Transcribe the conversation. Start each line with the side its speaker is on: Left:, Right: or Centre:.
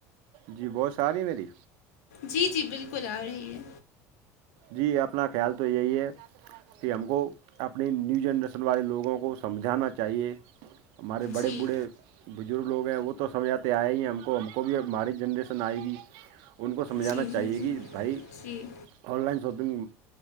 Right: جی بہت ساری میری
Left: جی جی بالکل آ رہی ہے
Right: جی اپنا خیال تو یہی ہے کہ ہم کو اپنے نیو جنریشن والے لوگوں کو سمجھانا چاہیے ہمارے بڑے
Left: جی
Right: بوڑھے بزرگ لوگ ہیں وہ تو سمجھاتے آئے ہی ہیں ہم کو ہم کو بھی ہماری جنریشن آئے گی ان کو سمجھانا
Left: جی
Right: چاہیے
Left: جی جی
Right: کہ بھائی
Left: جی
Right: آن لائن شاپنگ